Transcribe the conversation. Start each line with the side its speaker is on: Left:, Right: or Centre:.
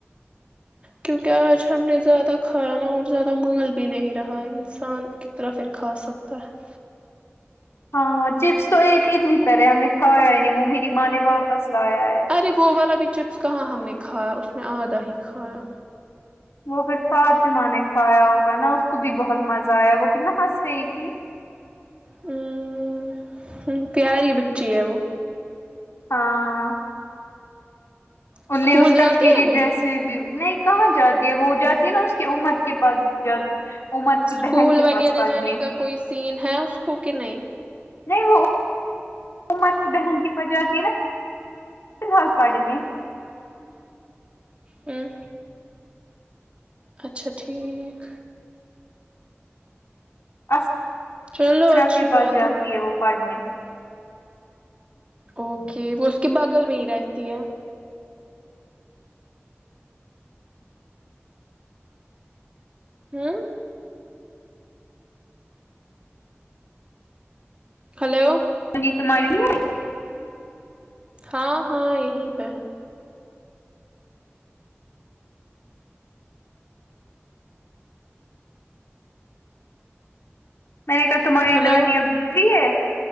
Right: کیونکہ آج ہم نے زیادہ کھایا نا اور زیادہ مول بھی نہیں رہا انسان تو پھر کھا سکتا ہے
Left: ہاں ہاں چپس تو ایک ادھر ہی پر ہے ہم نے کھایا ہی نہیں وہ میری ماں نے واپس لایا ہے
Right: ارے وہ والا بھی چپس کہاں ہم نے کھایا اس میں آدھا ہی کھایا
Left: وہ پھر فاطمہ نے کھایا ہوگا نا اس کو بھی بہت مزہ آیا وہ کتنا ہنس رہی تھی
Right: ہوں ہوں پیاری بچی ہے وہ
Left: ہاں ان
Right: اسکول
Left: نے اس
Right: جاتی
Left: کشمیری
Right: ہے وہ
Left: ڈریس نہیں کہاں جاتی ہے وہ جاتی ہے نا اس کے امت کے پاس جاتی <unintelligible>
Right: اسکول
Left: بہن کے
Right: وغیرہ
Left: پاس پڑھنے
Right: جانے کا کوئی سین ہے اس کو کہ نہیں
Left: نہیں وہ امت کی بہن کے پاس جاتی نا فی الحال پڑھنے
Right: اوں اچھا ٹھیک
Left: اسرا
Right: چلو اچھی
Left: کے پاس
Right: بات
Left: جاتی ہے وہ پڑھنے
Right: اوکے وہ اس کے بغل میں ہی رہتی ہے ہوں ہلو
Left: منی تمہاری نہیں آی
Right: ہاں ہاں یہیں پہ ہے
Left: میں نے کہا تمہاری
Right: ہلو
Left: نانی اب فری ہے